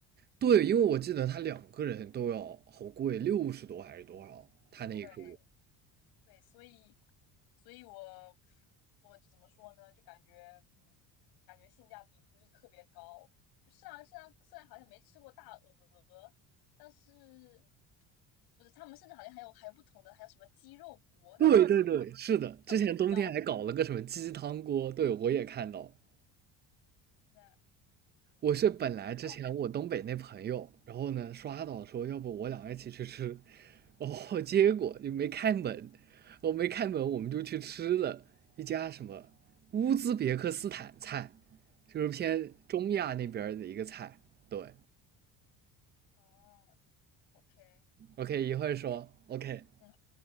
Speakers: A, on the right; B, on the left.
A: 对，因为我记得他两个人都要好贵，六十多还是多少？他那一锅。
B: 对，对，所以，所以我我怎么说呢？就感觉，嗯，感觉性价比不是特别高。就虽然虽然虽然好像没吃过大鹅，但是不是他们甚至好像还有还有不同的，还有什么鸡肉锅？那我觉得鸡肉锅
A: 对对对，是的，
B: 更没必要。
A: 之前冬天还搞了个什么鸡汤锅，
B: <laughs>
A: 对，我也看到。
B: 那嗯，
A: 我是本来之前我东北那朋友，
B: 哦
A: 然后呢刷到说要不我俩一起去吃，然后结果就没开门，我没开门我们就去吃了一家什么乌兹别克斯坦菜，就是偏中亚那边儿的一个菜。对
B: 哦，OK，
A: ，OK，一会儿说，OK，OK，
B: 嗯。